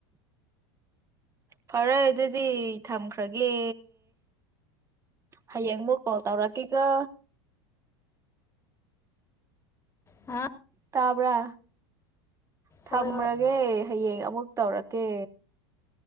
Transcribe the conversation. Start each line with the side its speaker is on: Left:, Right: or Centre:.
Right: ꯐꯔꯦ ꯑꯗꯨꯗꯤ ꯊꯝꯈ꯭ꯔꯒꯦ ꯍꯌꯦꯡ ꯑꯃꯨꯛ ꯀꯣꯜ ꯇꯧꯔꯛꯀꯦꯒ꯫
Left: ꯍꯥ
Right: ꯇꯥꯕ꯭ꯔꯥ ꯊꯝꯂꯒꯦ
Left: ꯍꯣꯏ ꯍꯣꯏ
Right: ꯍꯌꯦꯡ ꯑꯃꯨꯛ ꯇꯧꯔꯛꯀꯦ